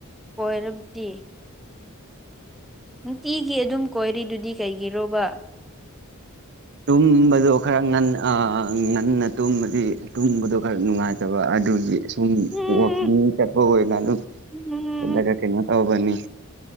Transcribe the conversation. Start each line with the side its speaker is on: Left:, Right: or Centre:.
Centre: ꯀꫭꯏꯔꯕꯗꯤ ꯅꯨꯡ꯫ꯇꯤꯒꯤ ꯑꯗꯨꯝ ꯀꯣꯏꯔꯤꯗꯨꯗꯤ ꯀꯩꯒꯤꯔꯣꯕ
Right: ꯇꯨꯝꯕꯗꯣ ꯈꯔ ꯉꯟ ꯑ ꯉꯟꯅ ꯇꯨꯝꯕꯗꯤ ꯇꯨꯝꯕꯗꯣ ꯈꯔ ꯅꯨꯡꯉꯥꯏꯇꯕ ꯑꯗꯨꯒꯤ ꯁꯨꯝ
Centre: ꯎꯝ
Right: ꯋꯥꯀꯤꯡ ꯆꯠꯄ ꯑꯣꯏꯅ ꯑꯗꯨꯝ
Centre: ꯎꯝ
Right: ꯆꯠꯂꯒ ꯀꯩꯅꯣ ꯇꯧꯕꯅꯤ